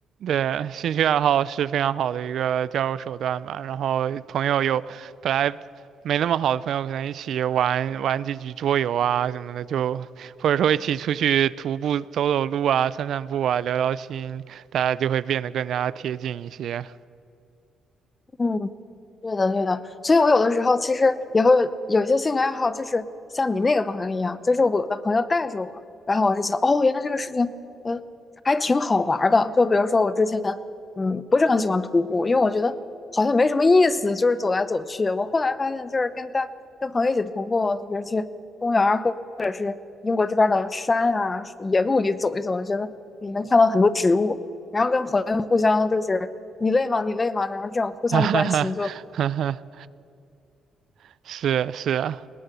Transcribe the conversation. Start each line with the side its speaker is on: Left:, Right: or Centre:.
Right: 对，兴趣爱好是非常好的一个交友手段吧。然后朋友有本来没那么好的朋友，可能一起玩玩几局桌游啊什么的，就或者说一起出去徒步走走路啊、散散步啊、聊聊心，大家就会变得更加贴近一些。
Left: 嗯，对的，对的，所以我有的时候其实也会有有一些兴趣爱好，就是像你那个朋友一样，就是我的朋友带着我，然后我是觉得哦，原来这个事情，呃，还挺好玩儿的。就比如说我之前，嗯，不是很喜欢徒步，因为我觉得好像没什么意思，就是走来走去。我后来发现，就是跟大跟朋友一起徒步，就比如去公园儿或英国这边儿的山啊、野路里走一走，我觉得你能看到很多植物，然后跟朋友互相就是你累吗？你累吗？然后这种互相关心就。
Right: <laughs> 哈哈哈哈哈，<laughs> 是是啊，